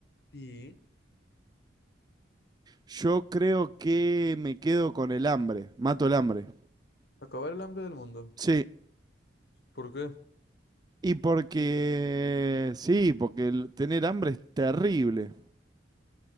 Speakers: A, on the left; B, on the right.
A: Y
B: Yo creo que me quedo con el hambre, mato el hambre.
A: acabar el hambre del mundo.
B: Sí,
A: ¿Por qué?
B: y porque, sí, porque el tener hambre es terrible.